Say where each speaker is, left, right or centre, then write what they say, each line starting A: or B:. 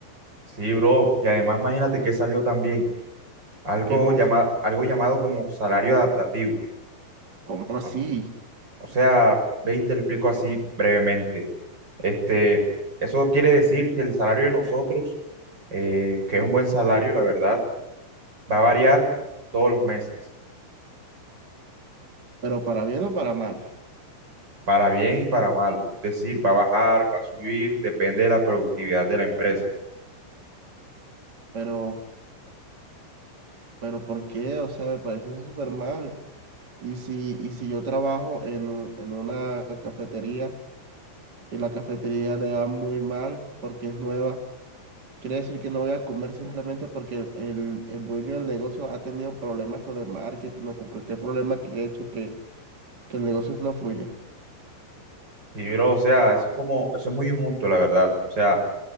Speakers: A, on the right (about 20°); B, on the right (about 80°).
A: Sí, bro. Y además imagínate que salió también algo
B: ¿Qué más?
A: llamado, algo llamado como salario adaptativo.
B: ¿Cómo así?
A: ¿no? O sea, veinte te lo explico así brevemente. Este, eso quiere decir que el salario de nosotros, eh, que es un buen salario, la verdad, va a variar todos los meses.
B: Pero para bien o para mal.
A: para bien y para mal. Es decir, va a bajar, va a subir, depende de la productividad de la empresa.
B: Pero, pero ¿por qué? O sea, me parece eso súper mal. Y si, y si yo trabajo en, un- en una cafetería y la cafetería le va muy mal porque es nueva, quiere decir que no voy a comer simplemente porque el, el dueño del negocio ha tenido problemas con el marketing o con cualquier problema que haya hecho que el negocio no fluya.
A: Sí, bro, o sea,
B: Pero,
A: eso es como, eso es muy injusto, la verdad. O sea,